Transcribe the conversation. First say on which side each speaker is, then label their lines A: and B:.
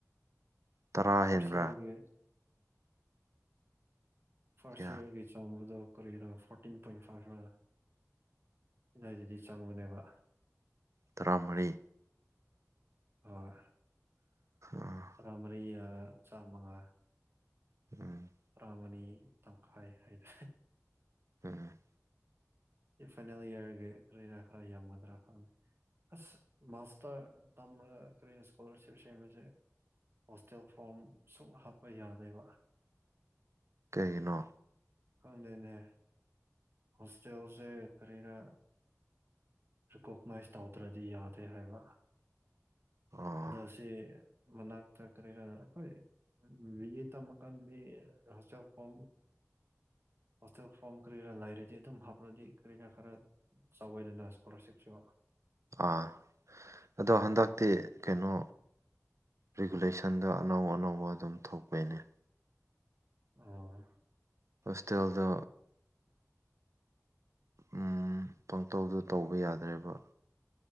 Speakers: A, on the right (about 65°); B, on the right (about 45°).
A: ꯇꯔꯥ
B: ꯐꯥꯔꯁ
A: ꯍꯦꯟꯕ꯭ꯔꯥ
B: ꯏꯌꯥꯔꯒꯤ ꯐꯥꯔꯁ
A: ꯀꯌꯥ
B: ꯏꯌꯥꯔꯒꯤ ꯆꯥꯎꯥꯡꯕꯗ ꯀꯔꯤꯅꯣ ꯐꯣꯔꯇꯤꯟ ꯄꯣꯏꯟ ꯐꯥꯏꯚ ꯔ ꯑꯗꯨꯗꯏꯗꯗꯤ ꯆꯪꯕꯅꯦꯕ
A: ꯇꯔꯥꯃꯔꯤ
B: ꯍꯣꯏ
A: ꯑꯥ
B: ꯇꯔꯥꯃꯔꯤ ꯑꯥ ꯆꯥ ꯃꯉꯥ
A: ꯎꯝ
B: ꯄꯨꯔꯥ ꯃꯅꯤ ꯇꯪꯈꯥꯏ ꯍꯥꯏꯗ
A: ꯎꯝ
B: ꯁꯤ ꯐꯥꯏꯅꯦꯜ ꯏꯌꯥꯔꯒ ꯂꯩꯅꯥ ꯈ꯭ꯔ ꯌꯥꯝꯒꯗ꯭ꯔꯥ ꯈꯃꯦ ꯑꯁ ꯃꯥꯁꯇꯔ ꯇꯝꯃꯒ ꯀꯔꯤꯅ ꯏꯁꯀꯣꯂꯥꯔꯁꯤꯞ ꯁꯦꯝꯕꯁꯦ ꯍꯣꯁꯇꯦꯜ ꯐꯣꯔꯝ ꯁꯨꯡ ꯍꯥꯞꯄ ꯌꯥꯗꯦꯕ
A: ꯀꯩꯒꯤꯅꯣ
B: ꯈꯪꯗꯦꯅꯦ ꯍꯣꯁꯇꯦꯜꯁꯦ ꯀꯔꯤꯅ ꯔꯤꯀꯣꯛꯅꯥꯏꯁ ꯇꯧꯗ꯭ꯔꯗꯤ ꯌꯥꯗꯦ ꯍꯥꯏꯕ
A: ꯑꯣ
B: ꯑꯗꯣ ꯁꯤ ꯃꯅꯥꯛꯇ ꯀꯔꯤꯔ ꯑꯩꯈꯣꯏ ꯔꯤꯌꯦ ꯇꯝꯃꯥꯀꯟꯗꯗꯤ ꯍꯣꯏꯇꯦꯜ ꯐꯣꯝ ꯍꯣꯁꯇꯦꯜ ꯐꯣꯝ ꯀꯔ ꯂꯥꯏꯔꯤ ꯍꯥꯏꯗꯤ ꯑꯗꯨꯝ ꯍꯥꯞꯄꯗꯤ ꯀꯔꯤꯅꯥ ꯈꯔ ꯆꯥꯎꯋꯏꯗꯅ ꯏꯁꯀꯣꯂꯥꯔꯁꯤꯞꯁꯨ
A: ꯑꯥ ꯑꯗꯣ ꯍꯟꯗꯛꯇꯤ ꯀꯩꯅꯣ ꯔꯤꯒꯨꯂꯦꯁꯟꯗ ꯑꯅꯧ ꯑꯅꯧꯕ ꯑꯗꯨꯝ ꯊꯣꯛꯄꯩꯅꯦ
B: ꯑꯣ
A: ꯍꯣꯁꯇꯦꯜꯗ ꯎꯝ ꯄꯪꯇꯧꯗ ꯇꯧꯕ ꯌꯥꯗ꯭ꯔꯦꯕ